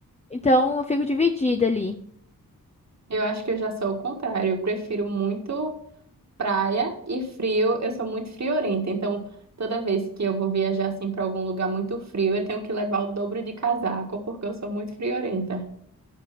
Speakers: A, on the left; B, on the right.
A: Então eu fico dividida ali.
B: eu acho que eu já sou o contrário. Eu prefiro muito. praia e frio, eu sou muito friorenta, então toda vez que eu vou viajar assim para algum lugar muito frio, eu tenho que levar o dobro de casaco, porque eu sou muito friorenta.